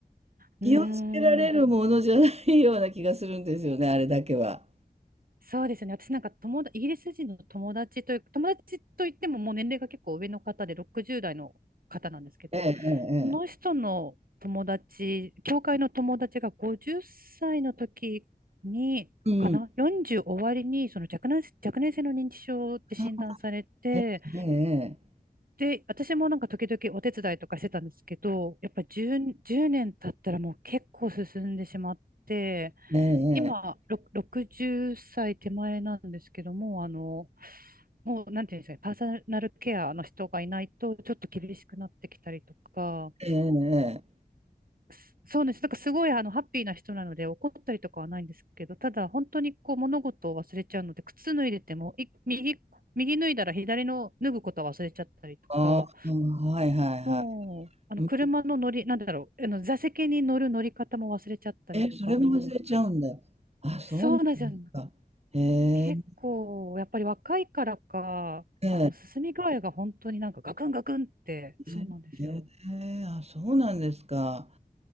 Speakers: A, on the right; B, on the right.
A: うー
B: 気をつけられるものじゃないような気がするんですよね、
A: ん。
B: <laughs> あれだけは。
A: そうですね。私なんか友達、イギリス人の友達という、友達といってももう年齢が結構上の方で60代の方なんですけど、
B: ええええええ。
A: その人の友達、教会の友達が50歳の時に、
B: うん。
A: かな ?40 終わりに、その若年、若年性の認知症って診断されて、
B: あ、えええ
A: で、私もなんか時々お手伝いとかしてたんですけど、やっぱり10、年経ったらもう結構進んでしまって、
B: えええ。ええええ。
A: 今、ろく60歳手前なんですけども、あの、もう、なんていうんですかね、パーソナルケアの人がいないと、ちょっと厳しくなってきたりとか、
B: えええ
A: すそうです。なんかすごい、あの、ハッピーな人なので、怒ったりとかはないんですけど、ただ、本当にこう、物事を忘れちゃうので、靴脱いでても、い右、右脱いだら左の脱ぐことは忘れちゃったりとか、
B: ああ、はいはいはい。
A: もう、あの、車の乗り、
B: うん。
A: なんだろう、あの、座席に乗る乗り方も忘れちゃったりとか、
B: え、それも忘れちゃうんだ。
A: もう、
B: あ、そうなんですか。
A: そうなんですよ。
B: へえ。
A: 結構、やっぱり若いからか、
B: ええ、
A: あの、進み具合が本当になんかガクンガクンって、そうなんですよ。
B: ええ、ええ、あ、そうなんですか。